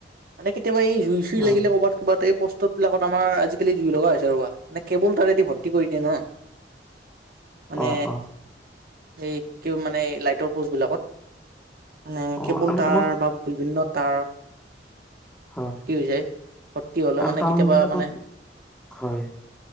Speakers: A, on the right; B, in the centre.
A: মানে কেতিয়াবা এই জুই চুই লাগিলে
B: অ
A: ক'বাত ক'বাত এই পোষ্টত বিলাকত আমাৰ আজিকালি জুই লগা হৈছে ৰ'বা। মানে কেৱল তাৰেদি ভত্তি কৰি দিয়ে ন'। <inaudible> মানে
B: অ অ
A: এই কি মানে এ লাইটৰ প'ষ্টবিলাকত মানে
B: অ
A: কেবোল
B: আৰু
A: তাঁৰ
B: তোমাৰ
A: বা বিভিন্ন তাঁৰ
B: হয়
A: ভৰ্তি হৈ যায়। ভৰ্তি হ'লে
B: আৰু
A: মানে
B: টাউন
A: কেতিয়াবা
B: বিলাকত,
A: মানে
B: হয়